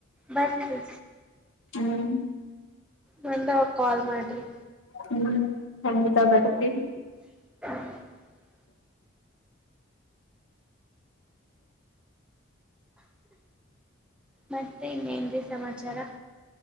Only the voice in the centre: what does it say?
ಬರ್ರಿ
ಬಂದಾಗ ಕಾಲ್ ಮಾಡ್ರಿ
ಹ್ಮ ಮತ್ತೆ ಇನ್ನೇನ್ಿ ಸಮಾಚಾರ-